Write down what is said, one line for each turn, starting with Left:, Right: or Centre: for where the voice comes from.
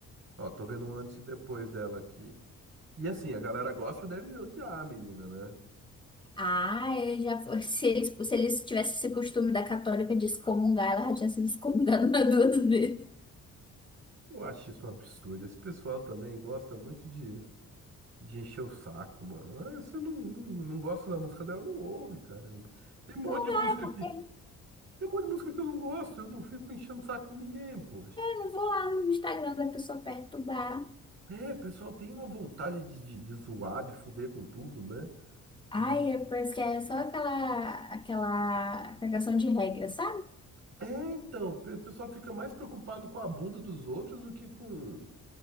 Right: Ó, tô vendo um antes e depois dela aqui. E assim, a galera gospel deve odiar a menina, né?
Left: Ah, eu já foi. <laughs> Se eles, se eles tivessem esse costume da católica de excomungar, ela já tinha sido excomungada <laughs> umas duas vezes.
Right: Eu acho isso um absurdo. Esse pessoal também gosta muito de, de encher o saco, mano. Ah, você não, não, não gosta da música dela, não ouve, caramba. Tem um monte de
Left: Ah,
Right: música
Left: é porque
Right: aqui.
Left: eu
Right: Tem um monte de música que eu não gosto, eu não fico enchendo o saco de ninguém, poxa.
Left: não vou lá no Instagram da pessoa perturbar.
Right: É, o pessoal tem uma vontade de, de, de zoar, de fuder com tudo, né?
Left: Ai,
Right: De-
Left: é- parece que é só aquela, aquela cagação de regra, sabe?
Right: É, então, pe- o pessoal fica mais preocupado com a bunda dos outros do que com,